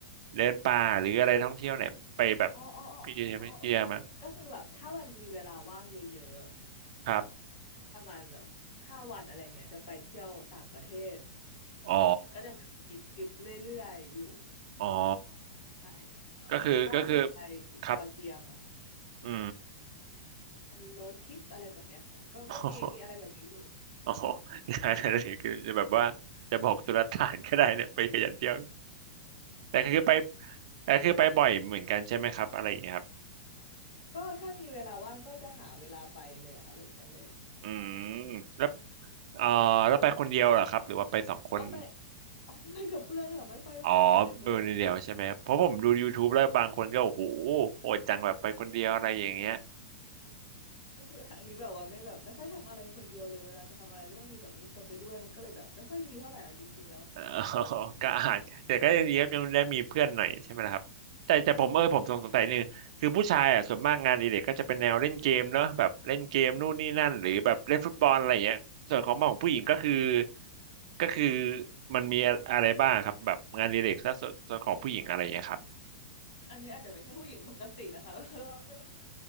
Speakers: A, on the right; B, on the left.
A: เดินป่าหรืออะไรท่องเที่ยวไหนไปแบบ
B: อ๋ออ๋ออ๋ออ๋ออ๋อโอเคก็คือแบบถ้ามันมีเวลาว่างเยอะๆแบบ
A: พี่เยี่ยมเยี่ยมไหมาครับ
B: ประมาณแบบห้าวันอะไรเงี้ยจะไปเที่ยวต่างประเทศ
A: อ๋อ
B: ก็จะแบบมีทริปเรื่อยๆอยู่
A: อ๋อ
B: ใช่ก็ล่าสุดไป
A: ก็คือก็คือครับ
B: จอร์เจียมา
A: อืม
B: เป็นโรดทริปอะไรแบบเนี้ยค่ะก็ก็มีมีอะไรแบบนี้อยู่
A: <laughs> อ๋องานอะไรคือจะแบบว่าจะบอกตุลาฐานก็ได้เนี่ยไปขยันเที่ยวแต่ก็คือไปแต่คือไปบ่อยเหมือนกันใช่ไหมครับอะไรอย่างเงี้ยครับ
B: ก็ถ้ามีเวลาว่างก็จะหาเวลาไปเลยอะค่ะแบบอย่างนั้นเลย
A: อืมแล้วเอ่อแล้วไปคนเดียวเหรอครับหรือว่าไปสองคน
B: แต่ว่าอ๋อไป <laughs> อ๋อไปกับเพื่อนค่ะไม่ค่อยกล้าไปไหนคนเดียว
A: อ๋อไปคนเดียวใช่ไหมเพราะผมดู YouTube แล้วบางคนก็โอ้โหโหดจังแบบไปคนเดียวอะไรอย่างเงี้ย
B: ก็คืออันนี้แบบว่าไม่แบบไม่ค่อยทำอะไรคนเดียวเลยเวลาจะทำอะไรก็ต้องมีแบบมีคนไปด้วยมันก็เลยแบบไม่ค่อยดีเท่าไหร่เอาจริงๆแล้ว
A: อ๋อ <laughs> ก็อาจแต่ก็ยังดีครับยังได้มีเพื่อนหน่อยใช่ไหมล่ะครับแต่แต่ผมเออผมสงสัยนึงคือผู้ชายอ่ะส่วนมากงานอดิเรกก็จะเป็นแนวเล่นเกมเนอะแบบเล่นเกมนู่นนี่นั่นหรือแบบเล่นฟุตบอลอะไรอย่างเงี้ยส่วนของของผู้หญิงก็คือ
B: อ่า
A: ก็คือมันมีอะไรบ้างครับแบบงานอดิเรกถ้าส่วนส่วนของผู้หญิงอะไรอย่างเงี้ยครับ
B: อันนี้อาจจะไม่ใช่ผู้หญิงปกตินะคะ <laughs> เพราะว่าไม่